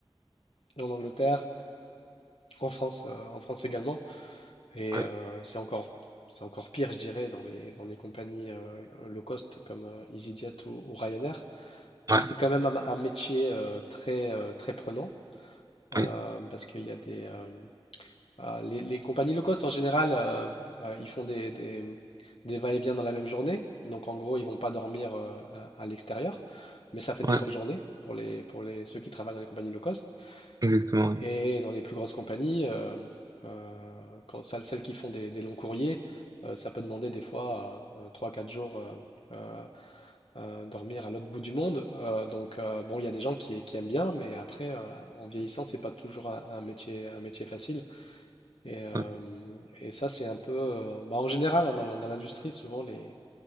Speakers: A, on the left; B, on the right.
A: en Angleterre, en France, euh, en France également. Et
B: Ouais.
A: euh, c'est encore c'est encore pire, je dirais, dans les dans les compagnies euh, low cost comme euh, EasyJet ou, ou Ryanair,
B: Ouais.
A: où c'est quand même un, un métier euh, très euh, très prenant. euh,
B: Oui.
A: parce qu'il y a des euh, ah, les, les compagnies low cost en général euh, euh, ils font des, des, des va-et-vient dans la même journée donc en gros ils vont pas dormir euh, à, à l'extérieur mais ça fait des
B: Ouais.
A: grosses journées pour les pour les ceux qui travaillent dans les compagnies low cost
B: Exactement. oui.
A: et dans les plus grosses compagnies euh, euh, quand, celles celles qui font des, des longs courriers euh, ça peut demander des fois euh, trois quatre jours euh, euh, euh, dormir à l'autre bout du monde. Euh, donc, euh, bon, il y a des gens qui, qui aiment bien, mais après, euh, en vieillissant, c'est pas toujours un, un métier, un métier facile. Et, euh,
B: Ouais.
A: et ça, c'est un peu. euh, bah, en général, hein, dans, la- dans l'industrie, souvent, les,